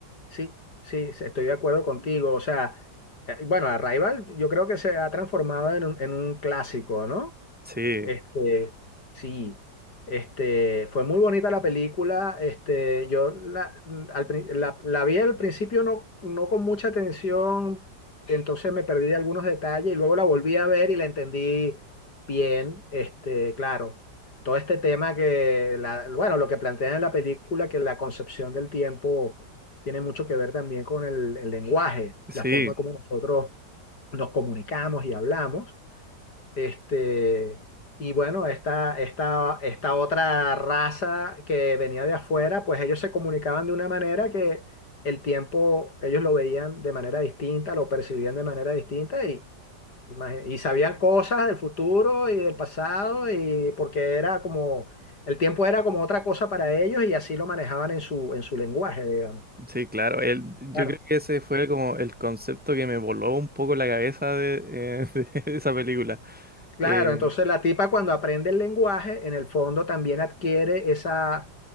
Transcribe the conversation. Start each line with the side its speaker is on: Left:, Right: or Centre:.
Left: sí, sí, sí, estoy de acuerdo contigo. O sea, eh, bueno, Arrival yo creo que se ha transformado en un, en un clásico, ¿no?
Centre: Sí,
Left: Este, sí, este, fue muy bonita la película. Este, yo la, mm, al pri- la- la vi al principio no, no con mucha atención, entonces me perdí de algunos detalles y luego la volví a ver y la entendí bien. Este, claro, todo este tema que, la, bueno, lo que plantean en la película, que la concepción del tiempo tiene mucho que ver también con el, el lenguaje,
Centre: sí,
Left: la forma como nosotros nos comunicamos y hablamos. Este, y bueno, esta, esta, esta otra raza que venía de afuera, pues ellos se comunicaban de una manera que el tiempo ellos lo veían de manera distinta, lo percibían de manera distinta y, imagi- y sabían cosas del futuro y del pasado y porque era como, el tiempo era como otra cosa para ellos y así lo manejaban en su, en su lenguaje, digamos.
Centre: sí, claro. El- yo
Left: Claro.
Centre: creo que ese fue como el concepto que me voló un poco la cabeza de, eh, <laughs> de esa película.
Left: Claro,
Centre: Eh,
Left: entonces la tipa cuando aprende el lenguaje, en el fondo también adquiere esa,